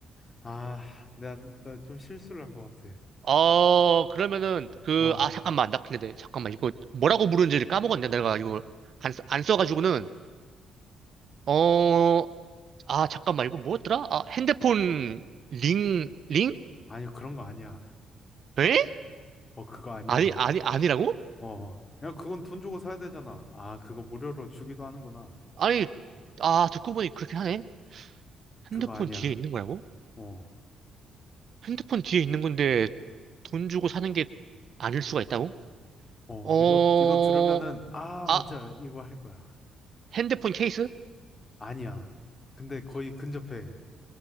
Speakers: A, on the left (about 25°); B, on the right (about 55°).
A: 아, 내가, 나 좀 실수를 한 것 같아.
B: 어, 그러면은 그,
A: 어, 어,
B: 아, 잠깐만. 나 근데, 내- 잠깐만. 이거 뭐라고 부르는지를 까먹었네. 내가 이거 안, 써- 안 써가지고는. 어, 아, 잠깐만. 이거 뭐였더라? 아, 핸드폰 링, 링?
A: 아니, 그런 거 아니야.
B: 에?
A: 어, 그거 아니야.
B: 아니, 아니, 아니라고?
A: 어, 어. 그냥 그건 돈 주고 사야 되잖아. 아, 그거 무료로 주기도 하는구나.
B: 아니, 아, 듣고 보니 그렇긴 하네.
A: 그거
B: 핸드폰
A: 아니야.
B: 뒤에 있는 거라고?
A: 어,
B: 핸드폰 뒤에 있는 건데 돈 주고 사는 게 아닐 수가 있다고?
A: 어,
B: 어,
A: 이거, 이거 들으면은, 아, 맞아.
B: 아,
A: 이거 할 거야.
B: 핸드폰 케이스?
A: 아니야. 근데 거의 근접해.